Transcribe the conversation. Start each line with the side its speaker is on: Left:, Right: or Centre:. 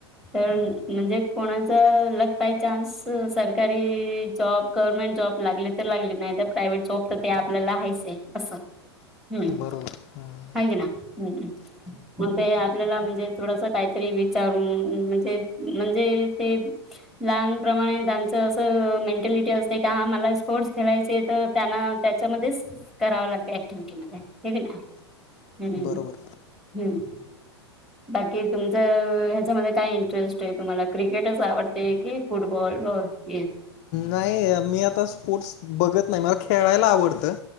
Centre: तर म्हणजे कोणाचा लग बाय चान्स सरकारी जॉब गव्हर्मेंट जॉब लागली तर लागले नाही तर प्रायवट जॉब तर ते आपल्याला हायचय अस, हम्म.
Left: बरोबर हम्म
Centre: हाय की ना? हम्म. मग ते आपल्याला म्हणजे थोडस काहीतरी विचारून म्हणजे, म्हणजे ते लहान प्रमाणे त्यांचं असं मेंटॅलिटी असते का हा मला स्पोर्टस खेळायचे तर त्यांना त्याच्यामध्ये कराव लागत ऍक्टिव्हटी मग काय हे की नाय? हम्म,
Left: बरोबर
Centre: हम्म. बाकी तुमचं ह्याच्यामध्ये काय इंटरेस्ट आहे तुम्हाला क्रिकेटच आवडते की फुटबॉल व हॉकी.
Left: नाही मी आता स्पोर्टस बघत नाही मला खेळायला आवडतं